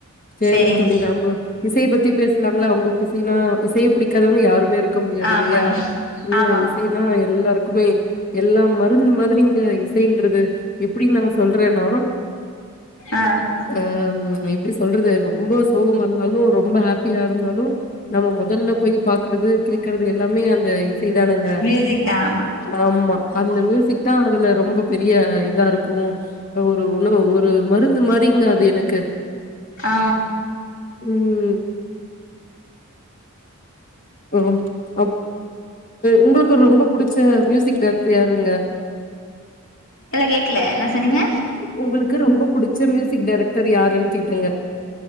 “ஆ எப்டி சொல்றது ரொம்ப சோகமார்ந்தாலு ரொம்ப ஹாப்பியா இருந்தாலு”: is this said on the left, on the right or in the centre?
Left